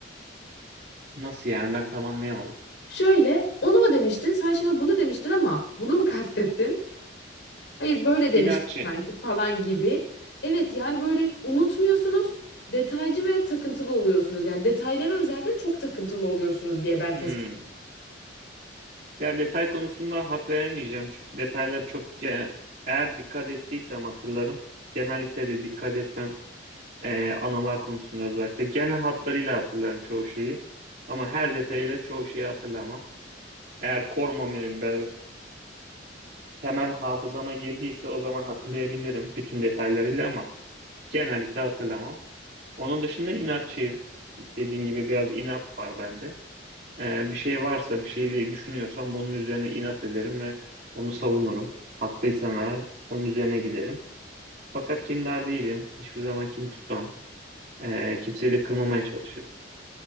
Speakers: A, on the right; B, on the left.
A: Nasıl yani ben tam anlayamadım.
B: Şöyle, onu mu demiştin? Sen şimdi bunu demiştin ama bunu mu <laughs> kastettin? Hayır, böyle
A: İnatçı.
B: demiştin sanki falan gibi. Evet, yani böyle unutmuyorsunuz, detaycı ve takıntılı oluyorsunuz. Yani detaylara özellikle çok takıntılı oluyorsunuz diye ben
A: Hmm.
B: tespit
A: Ya detay konusunda hak veremeyeceğim çünkü detaylar çok ge- eğer dikkat ettiysem hatırlarım. Genellikle de dikkat etmem Ee, anılar konusunda özellikle. Genel hatlarıyla hatırlarım çoğu şeyi ama her detayıyla çoğu şeyi hatırlamam. Eğer core memory'm böyle temel hafızama girdiyse o zaman hatırlayabilirim bütün detaylarıyla ama genellikle hatırlamam. Onun dışında inatçıyım. Dediğin gibi biraz inat var bende. Ee, bir şey varsa, bir şey düşünüyorsam onun üzerine inat ederim ve onu savunurum. Haklıysam eğer onun üzerine giderim. Fakat kindar değilim. Hiçbir zaman kin tutmam. Ee, kimseyi de kırmamaya çalışırım.